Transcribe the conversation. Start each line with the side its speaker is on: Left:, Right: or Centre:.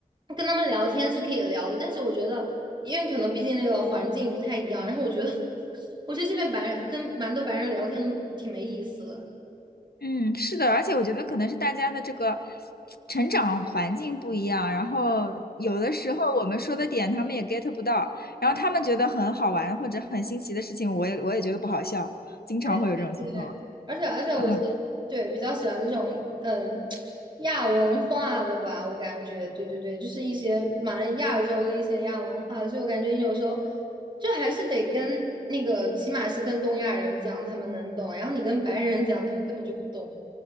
Right: 跟他们聊天是可以聊的，但是我觉得，因为可能毕竟那个环境不太一样，然后我觉得，<laughs> 我觉得这边白人跟蛮多白人聊天都挺没意思的。
Left: 嗯，是的，而且我觉得可能是大家的这个成长环境不一样，然后有的时候我们说的点他们也 get 不到，然后他们觉得很好玩或者很新奇的事情，我也我也觉得不好笑，经常会有这种情况。
Right: 对对对，而且而且我是
Left: 嗯，
Right: 对比较喜欢那种嗯亚文化的吧，我感觉对对对，就是一些蛮亚洲的一些亚文化的，所以我感觉你有时候就还是得跟那个起码是跟东亚人讲，他们能懂，然后你跟白人讲，他们根本就不懂。